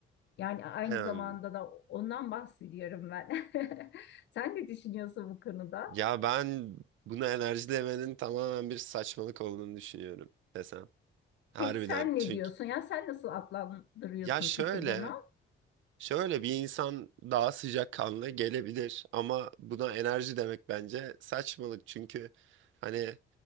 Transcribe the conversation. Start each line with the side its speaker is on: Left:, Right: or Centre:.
Left: Yani aynı
Right: Hem,
Left: zamanda da ondan bahsediyorum ben. <laughs> Sen ne düşünüyorsun bu konuda?
Right: ya ben buna enerji demenin tamamen bir saçmalık olduğunu düşünüyorum desem. Harbiden.
Left: Peki sen ne
Right: Çünkü
Left: diyorsun? Ya sen nasıl adlandırıyorsun
Right: ya şöyle
Left: peki bunu?
Right: Şöyle bir insan daha sıcakkanlı gelebilir ama buna enerji demek bence saçmalık çünkü hani